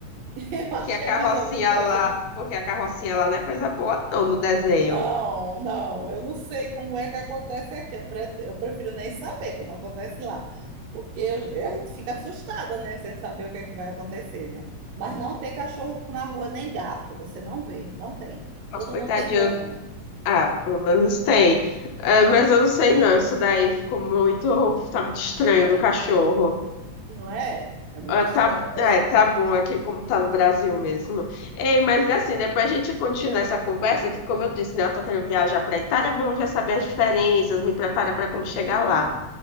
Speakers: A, on the right (about 75°); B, on the left (about 75°).
A: <laughs> Eu acho
B: Que a
A: que é
B: carrocinha
A: mais ou menos assim.
B: lá. Porque a carrocinha lá não é coisa boa, não, no desenho.
A: Não, não, eu não sei como é que acontece aqui. Eu, não pre- eu prefiro nem saber como acontece lá, porque eu- a gente fica assustada, né, sem saber o que é que vai acontecer, né? Mas não tem cachorro na rua nem gato, você não vê, não tem.
B: Nossa,
A: Todo
B: coitadinho.
A: mundo tem dono,
B: Ah, pelo menos tem. É, mas eu não sei, não. Isso daí ficou muito. Tá muito estranho
A: né?
B: do cachorro.
A: Não é? É muito
B: Ah,
A: estranho
B: tá, é,
A: mesmo.
B: tá bom aqui como tá no Brasil mesmo. Ei, mas é assim, depois a gente continua essa conversa, que como eu disse, né, eu tô querendo viajar para Itália, é bom já saber as diferenças, me prepara para como chegar
A: Uhum,
B: lá,